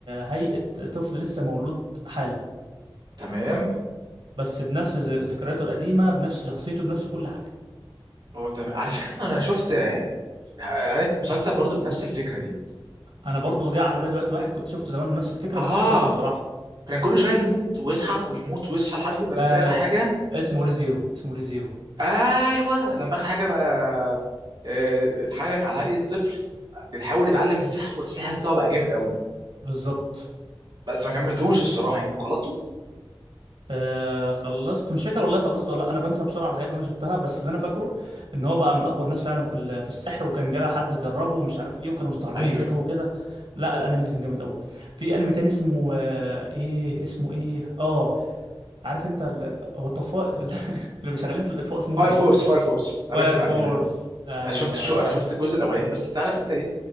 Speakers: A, on the right (about 85°); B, on the right (about 55°).
A: هيئة طفل لسه مولود حالا
B: تمام
A: بس بنفس ذ- ذكرياته القديمة بنفس شخصيته بنفس كل حاجة
B: هو تمام على فكرة انا شفت آه، آه، مسلسل برضو بنفس الفكرة دي
A: انا برضو جه على بالي دلوقتي واحد كنت شفته زمان بنفس الفكرة
B: اه
A: بس مش فاكر اسمه صراحة
B: كان كل شوية يموت ويصحى ويموت ويصحى لحد ما
A: بس
B: في الاخر حاجة
A: اسمه ريزيرو اسمه ريزيرو
B: ايوه لما اخر حاجة بقى آه، اتحايك على هيئة طفل بيحاول يتعلم السحر والسحر بتاعه بقى جامد قوي
A: بالظبط
B: بس ما كملتوش
A: بالظبط
B: الصراحة يعني انت خلصته
A: آه خلصت مش فاكر والله خلصت ولا لا انا بنسى بسرعه الحاجات اللي انا شفتها بس اللي انا فاكره ان هو بقى من اقوى الناس فعلا في ال- في السحر وكان جاله حد دربه ومش عارف ايه وكانوا مستغربين
B: ايوه
A: ازاي
B: ايوه
A: هو كده لا الانمي ده كان جامد قوي في انمي تاني اسمه آه ايه اسمه ايه اه عارف انت ال... هو الطفاء ال- <laughs> اللي بيشغالين في الاطفاء اسمهم
B: فاير
A: ايه
B: فورس فاير فورس عرفت
A: فاير
B: الانمي
A: فورس
B: ده
A: ايوه
B: انا شفت شو انا شفت الجزء الاولاني بس انت عارف انت ايه